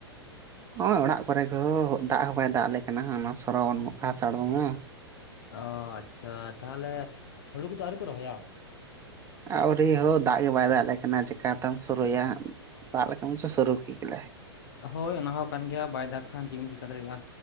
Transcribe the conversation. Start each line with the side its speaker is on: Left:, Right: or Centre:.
Right: ᱦᱚᱸᱜᱼᱚᱭ ᱚᱲᱟᱜ ᱠᱚᱨᱮ ᱜᱮ ᱦᱳ ᱫᱟᱜ ᱦᱚᱸ ᱵᱟᱭ ᱫᱟᱜ ᱟᱞᱮ ᱠᱟᱱᱟ ᱚᱱᱟ ᱥᱚᱨᱵᱚᱱ ᱟᱥᱟᱲ ᱵᱚᱝᱜ-ᱟ᱾
Left: ᱚ ᱟᱪᱪᱷᱟ ᱛᱟᱦᱚᱞᱮ ᱦᱩᱲᱩ ᱠᱚᱫᱚ ᱟᱹᱣᱨᱤᱯᱮ ᱨᱚᱦᱚᱭᱟ?
Right: ᱟᱹᱣᱨᱤ ᱦᱳ ᱫᱟᱜ ᱜᱮ ᱵᱟᱭ ᱫᱟᱜ ᱟᱞᱮ ᱠᱟᱱᱟ ᱪᱮᱠᱟᱛᱮᱢ ᱥᱩᱨᱩᱭᱟ᱾ ᱫᱟᱜ ᱞᱮᱠᱷᱟ ᱢᱟᱪᱚ ᱥᱩᱨᱩ ᱠᱮᱜᱮᱞᱮ
Left: ᱦᱳᱭ ᱚᱱᱟ ᱦᱚᱸ ᱠᱟᱱ ᱜᱮᱭᱟ ᱵᱟᱭ ᱫᱟᱜᱽ ᱠᱷᱟᱱ ᱪᱮᱫ ᱮᱢ ᱪᱤᱠᱟᱹ ᱫᱟᱲᱮᱭᱟᱜᱼᱟ